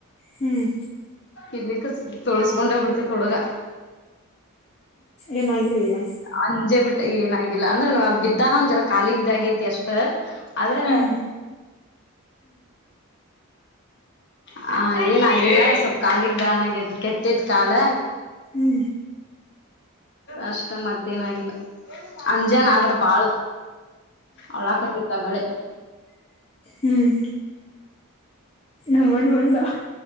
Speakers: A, on the left (about 30°); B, on the left (about 50°).
A: ಹ್ಮ್
B: ಇಲ್ಲಿ ಕ ತೊಳ್ಸ್ಕೊಂಡ್ ಬಿಡ್ತ ತೊಡುಗ
A: ಏನಾಗಿರ್ಲಿಲ್ಲ
B: ಅಂಜೆ ಬಿಟ್ಟ ಏನಾಗಿಲ್ಲ ಅಂದ್ರೆ ಬಿದ್ದಾನ ಒಂದ್ ಜರ ಖಾಲಿಗ ಇದ ಆಾಗೈತಿ ಅಷ್ಟ ಅದರೆ
A: ಹ್ಮ್
B: ಹ ಏನ ಆಗಿಲ್ಲ ಸ್ವಲ್ಪ್ ಕಾಲಿಗ್ ಬಾನ ಆಗತ್ ಕೆತ್ತೇತ್ ಕಾಲ
A: ಹ್ಮ್
B: ಅಷ್ಟ ಮತ್ತೇನಾಗಿಲ್ಲ ಅಂಜಾನ ಆದ್ರ ಬಾಳ ಅವಳ ಹಕತಿತ್ತಗಳೆ
A: ಹ್ಮ್ ನಮ್ಮಣ ಬಂದ